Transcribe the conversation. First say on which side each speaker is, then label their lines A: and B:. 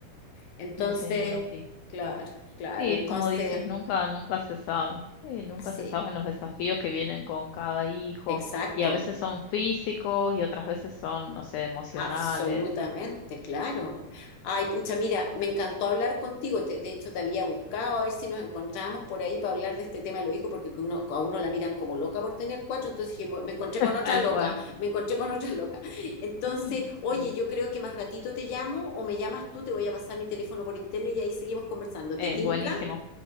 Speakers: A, on the left; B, on the left.
A: Entonces,
B: Y tenía Penélope.
A: claro,
B: no.
A: claro,
B: Sí,
A: entonces,
B: es como dices, nunca, nunca se sabe. Sí, nunca
A: sí,
B: se saben los desafíos que vienen con cada hijo.
A: exacto.
B: Y a veces son físicos y otras veces son, no sé, emocionales.
A: Absolutamente, claro. Ay, pucha, mira, me encantó hablar contigo. Te- de hecho, te había buscado a ver si nos encontrábamos por ahí para hablar de este tema de los hijos, porque que uno- a uno la miran como loca por tener cuatro. Entonces dije, "Mu- me encontré con otra
B: Tal
A: loca,
B: cual.
A: me encontré con otra loca. Entonces,
B: Mm,
A: oye,
B: Sí.
A: yo creo que más ratito te llamo o me llamas tú, te voy a pasar mi teléfono por interno y ahí seguimos conversando.
B: Eh,
A: ¿Te tinca?
B: buenísimo.